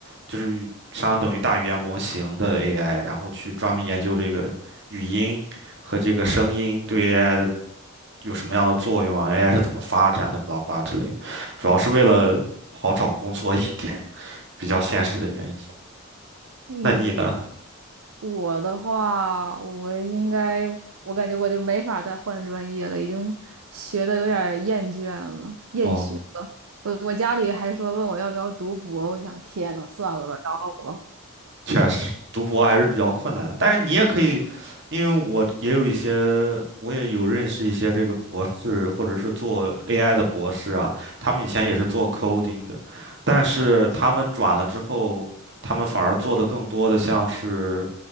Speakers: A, on the right (about 55°); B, on the right (about 70°).
A: 就是语相当于大语言模型的 AI，然后去专门研究这个语音和这个声音对 AI 的有什么样的作用啊？AI 是怎么发展的？巴拉巴拉之类的，主要是为了好找工作一点，比较现实的原因。
B: 嗯。
A: 那你呢？
B: 我的话，我应该，我感觉我就没法再换专业了，已经学的有点儿厌倦了，厌学了。
A: 哦。
B: 我我家里还说问我要不要读博，我想天呐，算了吧，饶了我。
A: 确实，读博还是比较困难的但是你也可以，因为我也有一些，我也有认识一些这个博士，或者是做 AI 的博士啊，他们以前也是做 coding 的，但是他们转了之后，他们反而做的更多的像是，